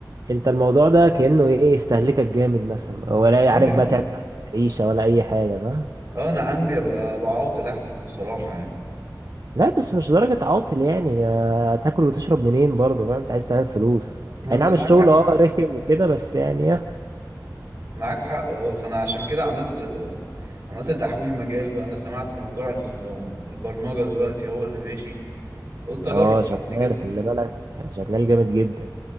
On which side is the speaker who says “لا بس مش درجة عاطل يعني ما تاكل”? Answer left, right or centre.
Right